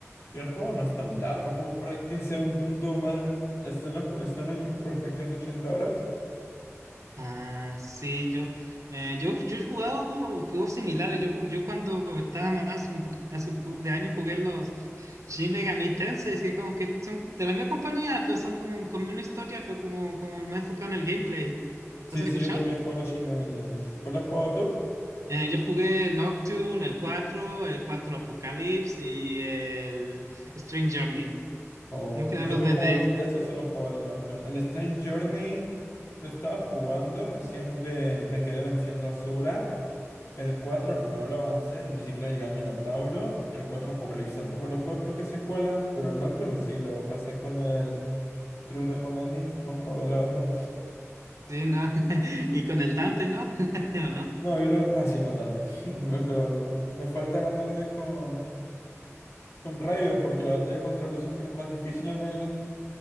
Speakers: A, on the left; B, on the right.
A: y el juego no es tan largo como para que sea un punto malo. Está en, los jue- está en el tiempo perfecto, es 80 horas.
B: Ah, sí, yo, eh, yo, yo he jugado juegos similares. Yo, ju- yo cuando estaba más, un poquito, hace un poco de años jugué los Shin Megami Tensei, que como que son de la misma compañía, pero son como, como una historia, pero como, como más enfocado en el gameplay. ¿Los
A: Sí,
B: has
A: sí,
B: escuchado?
A: yo también juego los Shin Megami Tensei. ¿Cuál has jugado tú?
B: Eh, yo jugué Nocturne, el cuatro el cuatro Apocalypse y el Strange Journey.
A: O
B: No que nada
A: solo
B: los de
A: juego,
B: DS,
A: al- de eso solo juego al Nocturne. El Strange Journey lo estaba jugando, recién ve- me quedé venciendo a Sura. El 4 no lo avancé, ni siquiera llegué a Minotauro. El 4 Apocalipsis tampoco lo jugué porque es secuela, pero el Nocturne sí lo pasé con él. True Demon Ending, buen juego, la verdad.
B: sí, ¿no? <laughs> Y con el Dante, ¿no? <laughs> ¿O no?
A: No, y lo. Ah, sí, con Dante. <laughs> Me quedo- me falta ganarle con, con Raido, porque la batalla contra Lucifer es más difícil en el.